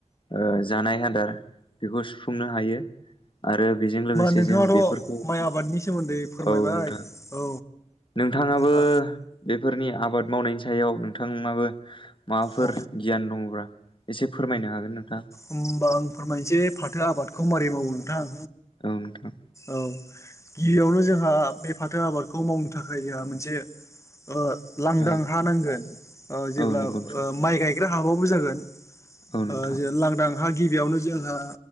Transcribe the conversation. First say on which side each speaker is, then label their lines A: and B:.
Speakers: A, on the left; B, on the left.
A: ओ जानाय आदार बेखौ सुफुंनो हायो आरो बेजों लोगोसे
B: नोंथाङाथ'
A: जों बेफोरखौ
B: माइ आबादनि सोमोन्दै फोरमायबाय
A: औ नोंथां
B: औ
A: नोंथाङाबो
B: औ
A: बेफोरनि आबाद मावनायनि सायाव नोंथांङाबो माबाफोर
B: औ
A: गियान दङबा एसे फोरमायनो हागोन नोंथां
B: होमबा आं फोरमायनोसै फाथो आबादखौ मारै मावो नोंथां
A: औ नोंथां
B: औ गिबियावनो जोंहा बे फाथो आबादखौ मावनो थाखाय जोंहा मोनसे ओ लांदां
A: औ
B: हा नांगोन जेब्ला
A: औ नंगौ नोंथां
B: माइ गायग्रा हाबाबो जागोन
A: औ नोंथां
B: ओ जे लांदां हा गिबियावनो जोंहा